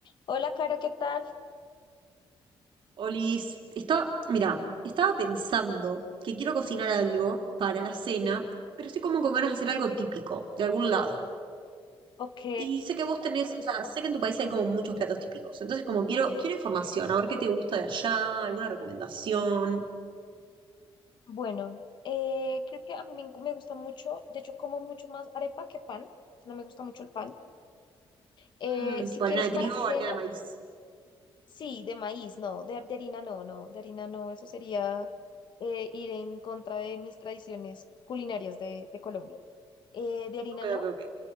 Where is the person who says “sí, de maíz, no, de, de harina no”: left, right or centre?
Left